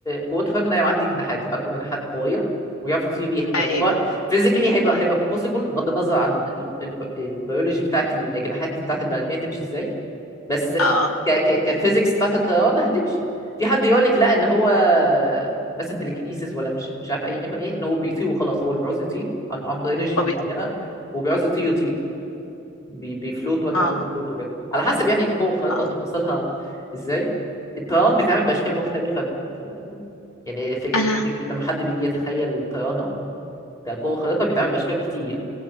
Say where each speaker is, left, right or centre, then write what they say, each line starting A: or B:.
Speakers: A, on the left; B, on the left.
A: قوته خارقه إن هي عندي جناحات يبقى عنده جناحات قويه ويعرف يطير بيها
B: ايوه
A: فالموضوع فيزيكلي هيبقى هيبقى بوسيبل بغض النظر عن الب- الب- البيولوجي بتاعت الاجنحات بتاعت البني ادمين تمشي ازاي بس
B: اه
A: ك ك كفيزيكس بتاعت الطيران هتمشي في حد يقول لك لا ان هو مثلا تليكنيسيس ولا مش مش عارف اي نيكون ايه ان هو بيطير وخلاص هو اللي بيعوز يطير عن- عنده انرجي
B: هوبي
A: معينه وبيعوز يطير يطير بي- بيفلوت وقت
B: اه
A: ما يعوز يفلوت وكده على حسب يعني القوه الخارقه
B: اه
A: تفاصيلها ازاي الطيران بيتعمل باشكال مختلفه في يعني في
B: انا
A: في في لما حد بيجي يتخيل الطيران او كقوه خارقه بيتعمل باشكال كتير يعني